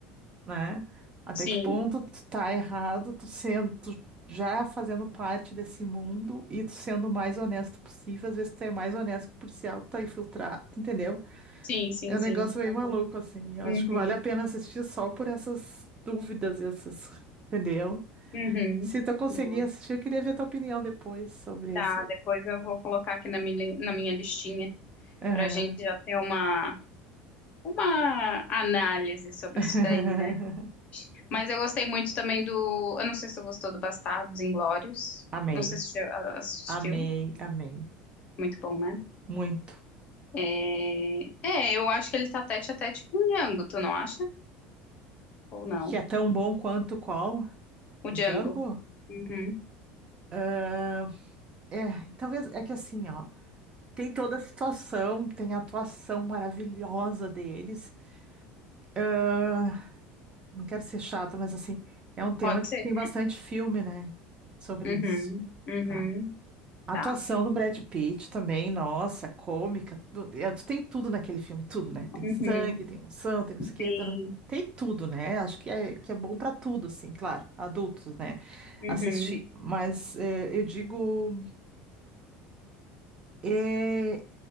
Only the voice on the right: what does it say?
né? Até
que ponto tu tá errado, tu sendo, tu já fazendo parte desse mundo e tu sendo o mais honesto possível, às vezes tu é mais honesto que o policial que tá infiltrado, entendeu?
É um
negócio meio
maluco, assim. Eu
acho que vale a pena assistir só por essas dúvidas e essas, entendeu?
Se tu conseguir
assistir, eu queria ver tua opinião depois sobre
esse aí.
Aham.
<laughs>
Amei,
amei, amei.
Muito.
Que é tão bom quanto qual?
O
Django?
Ah, é, talvez é que assim, ó, tem toda a situação, tem a atuação maravilhosa deles. Ah, Não quero ser chato, mas assim, é um tema
que
tem bastante filme, né? Sobre
isso.
Tá. A
atuação do Brad Pitt também, nossa, cômica. tu- é, tu Tem tudo naquele filme, tudo, né? Tem
sangue, tem emoção, tem não sei o quê.
tá, tá, tá. Tem tudo, né? Acho que é, que é bom pra tudo, assim, claro, adultos, né?
Assistir. Mas é, eu digo, é,